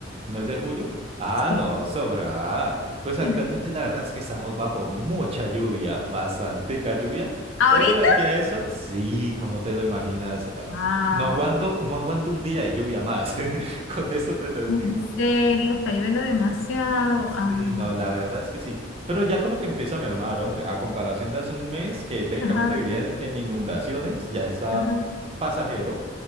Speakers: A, on the right; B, on the left.
A: ¿Mes de julio? Ah,
B: Sí.
A: no, sobra. Pues actualmente
B: <laughs>
A: la verdad es que estamos bajo mucha lluvia, bastantica lluvia,
B: ¿Ahorita?
A: pero de aquí a eso, sí, como te lo imaginas, eh,
B: Ah.
A: no aguanto, no aguanto un día de lluvia más. <laughs> Con eso te lo
B: En
A: digo.
B: serio, está lloviendo demasiado.
A: Sí,
B: Ah,
A: no, la verdad es que sí. Pero ya como que empieza a mermar, hombre, a comparación de hace un mes que técnicamente
B: ajá,
A: vivía en en inundaciones, ya está
B: ajá.
A: pasajero.